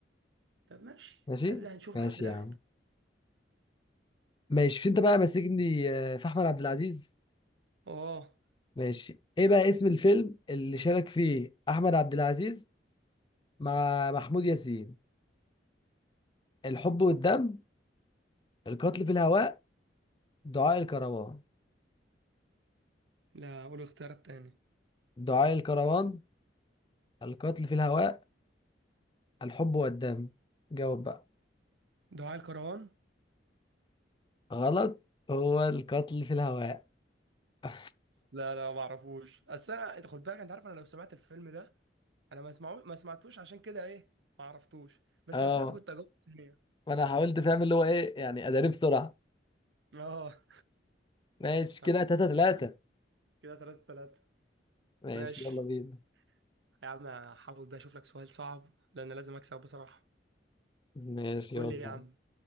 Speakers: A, on the right; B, on the left.
A: طب ماشي
B: ماشي
A: قال لها هنشوف
B: ماشي
A: لحد الاخر
B: يا عم ماشي في انت بقى ماسكني آه، في احمد عبد العزيز
A: اه
B: ماشي ايه بقى اسم الفيلم اللي شارك فيه احمد عبد العزيز مع محمود ياسين الحب والدم القتل في الهواء دعاء الكروان
A: لا قول الاختيار التاني
B: دعاء الكروان القتل في الهواء الحب والدم جاوب بقى
A: دعاء الكروان
B: غلط هو القتل في الهواء <laughs>
A: لا لا ما اعرفوش اصل انا انت خد بالك انت عارف انا لو سمعت الفيلم ده انا ما اسمعوش ما سمعتوش عشان كده ايه ما عرفتوش بس
B: اه
A: لو سمعته كنت اجاوب ثانيه
B: ما انا حاولت فاهم اللي هو ايه يعني اداني بسرعة
A: اه
B: ماشي
A: طب
B: كده
A: استنى
B: تلاتة تلاتة
A: كده ثلاثة ثلاثة
B: ماشي
A: ماشي
B: يلا بينا
A: يا عم هحاول بقى اشوف لك سؤال صعب لان لازم اكسب بصراحه
B: ماشي
A: قول
B: يلا
A: لي يا عم